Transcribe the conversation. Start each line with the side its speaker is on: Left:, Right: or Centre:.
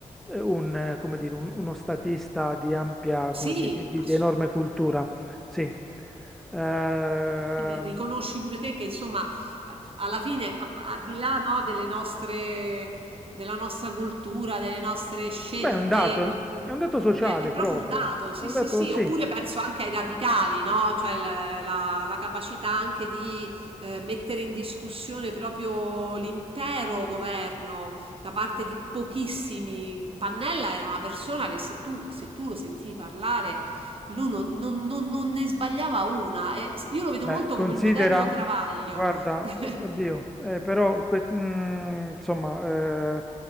Centre: eh, un, eh, come dire, un- uno statista di ampia,
Right: Sì,
Centre: come dire, di, di-
Right: assolutamente.
Centre: di enorme cultura. Sì. Ehm,
Right: Quindi riconosci pure te che insomma a- alla fine a- al di là no, delle nostre della nostra cultura, delle nostre scelte,
Centre: beh, è un dato,
Right: Sì, oppure
Centre: è un dato sociale
Right: è, è proprio
Centre: proprio,
Right: un esatto. dato, sì,
Centre: è un
Right: sì,
Centre: dato,
Right: sì,
Centre: sì.
Right: oppure penso anche ai radicali, no? Cioè l- la, la capacità anche di eh, mettere in discussione proprio l'intero governo da parte di pochissimi. Pannella era una persona che se tu, se tu lo sentivi parlare lui non, non- non- non ne sbagliava una. e s- io lo vedo
Centre: Beh,
Right: molto
Centre: considera,
Right: come il moderno Travaglio.
Centre: guarda,
Right: <laughs>
Centre: o- oddio, eh, però que- mm, insomma, eh,